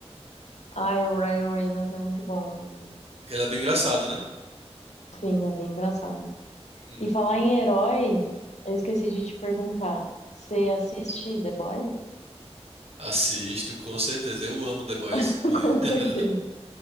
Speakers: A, on the left (about 85°); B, on the right (about 65°).
A: Ai, o Ryan Reynolds é muito bom, mano.
B: Ele é bem engraçado, né?
A: Sim, é bem engraçado.
B: Hum.
A: E falar em herói, eu esqueci de te perguntar. Você assiste The Boys?
B: Assisto, com certeza. Eu amo The Boys,
A: <laughs>
B: inclusive.
A: Com
B: <laughs>
A: certeza.